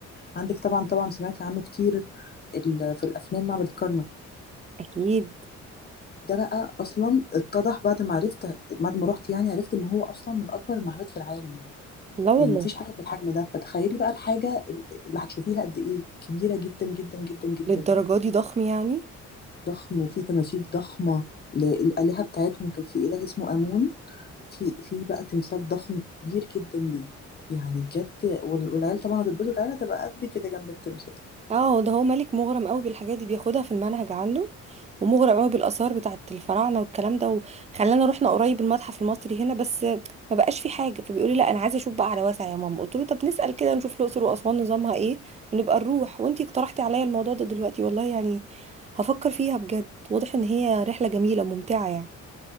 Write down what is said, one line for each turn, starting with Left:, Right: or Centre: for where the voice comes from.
Left: عندك طبعا طبعا سمعتي عنه كتير ال- في الأفلام معبد الكرنك
Right: اكيد
Left: ده بقى أصلا اتضح بعد ما عرفت بعد ما رحت يعني عرفت إن هو أصلا من أكبر المعابد في العالم
Right: لا والله
Left: يعني مفيش حاجة بالحجم ده فتخيلي بقى الحاجة اللي هتشوفيها قد إيه كبيرة جدا جدا جدا جدا
Right: للدرجه دي ضخم يعني
Left: ضخم وفي تماثيل ضخمة للآلهة بتاعتهم كان في إله اسمه آمون في في بقى تمثال ضخم كبير جدا ليه يعني بجد وال- والعيال طبعا هتتبسط العيال هتبقى قد كده جنب التمثال
Right: اه هو ده هو مالك مغرم قوي بالحاجات دي بياخدها في المنهج عنده ومغرم قوي بالاثار بتاعه الفراعنه والكلام ده وخلانا رحنا قريب المتحف المصري هنا بس ما بقاش في حاجه فبيقول لي لا انا عايزه اشوف بقى على واسع يا ماما قلت له طب نسال كده نشوف الاقصر واسوان نظامها ايه ونبقى نروح وانتي اقترحتي عليا الموضوع ده دلوقتي والله يعني هفكر فيها بجد واضح ان هي رحله جميله ممتعه يعني